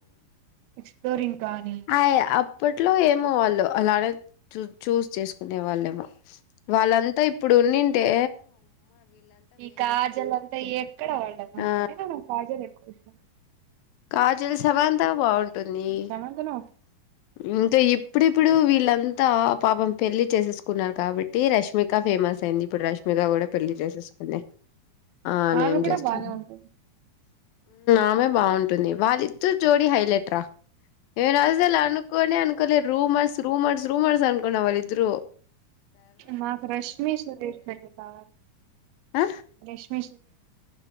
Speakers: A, on the right (about 85°); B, on the left (about 75°).
A: ఎక్స్ప్లోరింగ్ కానీ
B: అయ అప్పట్లో ఏమో వాళ్ళు అలానే చూ చూస్ చేసుకునే వాళ్ళేమో వాళ్ళంతా ఇప్పుడు ఉ టె
A: ఈ కాజల్ అంతా ఎక్కడ <unintelligible>
B: ఆ
A: కాజల్ ఎక్కువ ఇష్టం
B: కా సమంత బాగుంటుంది
A: సమంతను
B: ఇంకా ఇప్పుడిప్పుడు వీళ్ళం అంత పాపం పెళ్లి చేసేసుకున్నారు కాబట్టి రష్మిక ఫేమస్ అయింది ఇప్పుడు రష్ మీగా కూడా పెళ్ళి చేసేసుకుంది <unintelligible>
A: ఆమె కూడా బానే ఉంటుంది
B: ఉ ఆమె <unintelligible> వాళ్ళద్ద జోడి హైలైట్ రా నేనూ అసలు అనుకోనే అనుకోలే రూమర్స్ రూమర్స్ రూమర్స్ అనుకున్న వాళ్ళిద్దరూ
A: మాకు రష్మి సుధీర్ పెళ్లి <unintelligible>
B: ఆ
A: రష్మీ సుధీర్